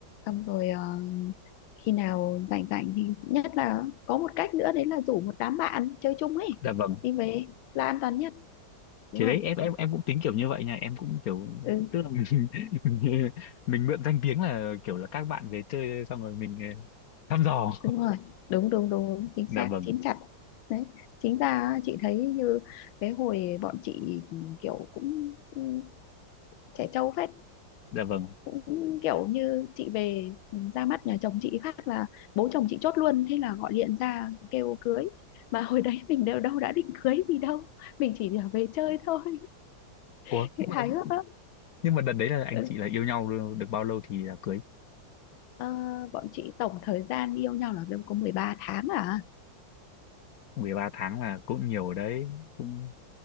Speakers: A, on the left; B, on the left.
A: xong rồi ờ, khi nào rảnh rảnh thì nhất là có một cách nữa đấy là rủ một đám bạn chơi chung ấy
B: dạ vâng.
A: đi về là an toàn nhất đúng
B: Thì
A: không
B: đấy em em em cũng tính kiểu như vậy nha, em cũng kiểu
A: ừ
B: tức là mình <laughs> mình, mình mượn danh tiếng là kiểu là các bạn về chơi xong rồi mình ờ, thăm dò
A: đúng rồi đúng đúng đúng đúng. chính
B: dạ
A: xác
B: vâng
A: chín chặt đấy chính ra á, chị thấy như cái hồi bọn chị ừ, kiểu cũng cũng trẻ trâu phết
B: dạ vâng
A: cũng kiểu như chị về ừ, ra mắt nhà chồng chị phát là bố chồng chị chốt luôn thế là gọi điện ra kêu cưới mà hồi đấy mình đều đâu đã định cưới gì đâu mình chỉ là về chơi thôi <laughs>
B: Ủa, nhưng mà
A: hài hước lắm
B: nhưng mà đợt đấy là anh
A: Ừ.
B: chị là yêu nhau được được bao lâu thì là cưới
A: Ờ, bọn chị tổng thời gian yêu nhau là đâu có 13 tháng à
B: mười ba tháng là cũng nhiều đấy cũng